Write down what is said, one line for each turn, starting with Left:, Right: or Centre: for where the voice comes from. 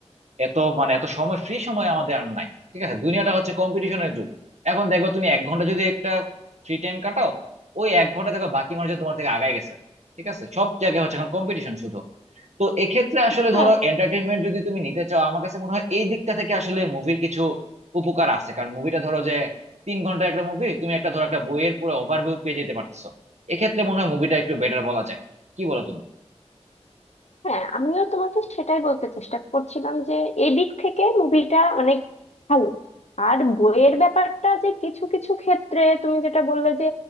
Right: এত মানে এত সময় ফ্রি সময় আমাদের আর নাই ঠিক আছে দুনিয়াটা হচ্ছে কম্পিটিশনের যুগ এখন দেখো তুমি এক ঘন্টা যদি একটা ফ্রি টাইম কাটাও ওই এক ঘন্টা দেখো বাকি মানুষজন তোমার থেকে আগায় গেছে ঠিক আছে সব জায়গায় হচ্ছে এখন কম্পিটিশন শুধু তো এক্ষেত্রে আসলে
Left: হ্যাঁ
Right: ধরো এন্টারটেনমেন্ট যদি তুমি নিতে চাও আমার কাছে মনে হয় এই দিকটা থেকে আসলে মুভির কিছু উপকার আছে কারণ মুভিটা ধরো যে তিন ঘন্টার একটা মুভি তুমি একটা ধরো একটা বইয়ের পুরো ওভারভিউ পেয়ে যেতে পারতেছো এক্ষেত্রে মনে হয় মুভিটা একটু বেটার বলা যায় কি বলো তুমি
Left: হ্যাঁ আমিও তোমাকে সেটাই বলতে চেষ্টা করছিলাম যে এদিক থেকে মুভিটা অনেক ভালো আর বইয়ের ব্যাপারটা যে কিছু কিছু ক্ষেত্রে তুমি যেটা বললে যে